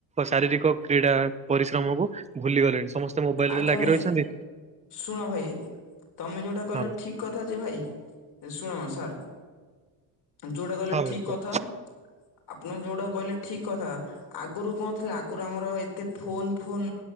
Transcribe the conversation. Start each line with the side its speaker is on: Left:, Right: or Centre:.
Right: ଶାରୀରିକ କ୍ରୀଡ଼ା ପରିଶ୍ରମ କୁ ଭୁଲି ଗଲେଣି ସମ ମୋବାଇଲ୍
Left: ଆଜ୍ଞା
Right: ରେ ଲାଗି
Left: ଭାଇ
Right: ରହିଛନ୍ତି?
Left: ଶୁଣ ଭାଇ ତମେ ଯୋଉଟା କହିଲ
Right: ହଁ ଭାଇ
Left: ଠିକ କଥା ଯେ ଭାଇ ଶୁଣୁ ସାନ୍‌ ଯୋଉଟା କହିଲେ
Right: ହଁ
Left: ଠିକ୍
Right: ଭାଇ
Left: କଥା
Right: କୁହ
Left: ଆପଣ ଯୋଉଟା କହିଲେ ଠିକ୍ କଥା ।ଆଗରୁ କଣ ଥିଲା ଆଗରୁ ଆମର ଏତେ ଫୋନ ଫୋନ